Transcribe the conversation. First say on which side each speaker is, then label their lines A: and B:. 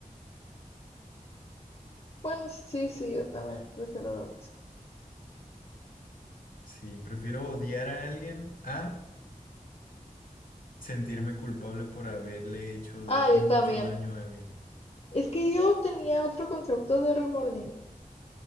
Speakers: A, on the left; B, on the left.
A: Bueno, sí, sí, yo también prefiero lo mismo.
B: Sí, prefiero odiar a alguien a sentirme culpable por haberle hecho
A: Ah,
B: da-
A: yo
B: mucho
A: también.
B: daño a alguien.
A: Es que yo tenía otro concepto de remordimiento.